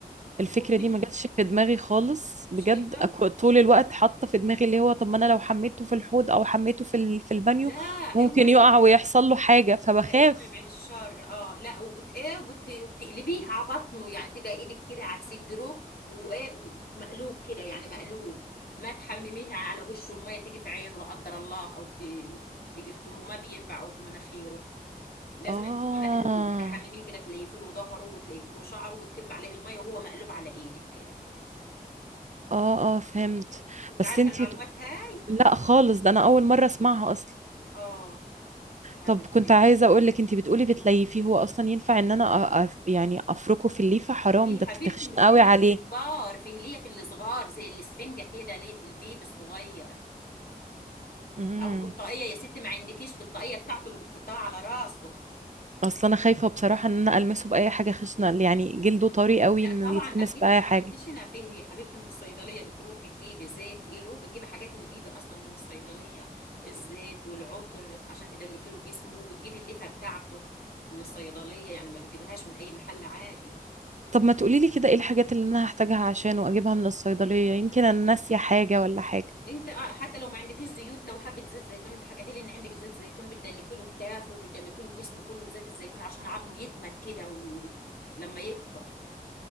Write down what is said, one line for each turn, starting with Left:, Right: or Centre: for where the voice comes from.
Right: الفكرة
Left: وبتم
Right: دي ما جاتش في دماغي خالص
Left: شايفة
Right: بجد أكو- طول الوقت حاطة في دماغي اللي هو طب ما انا لو حميته في الحوض او حميته في ال- في البانيو
Left: لا
Right: ممكن
Left: اوعي
Right: يقع ويحصل له حاجة فبخاف
Left: لا اوعي بعد الشر اه لا وبت ايه وبت... وبتقلبيه على بطنه يعني تبقى ايدك كده على صدره وايه ومقلوب كده يعني مقلوب ما تحمميها على وشه الميه تيجي في عينه لا قدر الله او ت... تيجي في تمه ما بينفع او في مناخيره لازم
Right: اه
Left: إن هو مقلوب تحمميه كده تليفي له ظهره وتليفي له شعره وتكب عليه الميه وهو مقلوب على ايدك كده
Right: اه اه فهمت
Left: كنت
Right: بس
Left: عارفه
Right: انتي
Left: المعلومات
Right: بت...
Left: هاي
Right: لا خالص ده انا اول مرة اسمعها اصلا
Left: اه يا حبيبتي
Right: طب كنت عايزة اقول لك انتي بتقولي بتليفيه هو اصلا ينفع ان انا أ... أف- يعني افركه في الليفة حرام
Left: في
Right: ده
Left: حبيبتي
Right: تخشن
Left: مش
Right: قوي
Left: ليا
Right: عليه
Left: في الكبار فيه ليا في الصغار زي الاسفنجة كده ليا في البيبي الصغير
Right: امم
Left: او بطاقية يا ستي ما عندكيش بطاقية بتاعته اللي بتحطها على راسه
Right: اصلا انا خايفة بصراحة ان انا المسه باي حاجة خشنة يعني جلده طري قوي
Left: لا
Right: ان
Left: طبعا
Right: يتلمس
Left: اكيد
Right: باي
Left: مش
Right: حاجة
Left: حاجة خشنة فيه يا حبيبتي من الصيدلية بتروحي تجيبي زيت ايلو بتجيبي حاجات البيبي اصلا من الصيدلية الزيت والعطر عشان تدلكي له جسمه وبتجيبي اللفة بتاعته من الصيدلية يعني ما بتجيبهاش من اي محل عادي
Right: طب ما تقولي لي كده ايه الحاجات اللي انا هحتاجها عشان واجيبها من الصيدلية يمكن انا
Left: انت
Right: ناسية حاجة ولا حاجة
Left: انت آه، حتى لو ما عندكيش زيوت لو حبه زيت زيتون انت حكيت لي ان عندك زيت زيتون بتدلكي له كتافه وبتدلكي له جسمه كله بزيت الزيتون عشان عظمه يجمد كده و... لما يكبر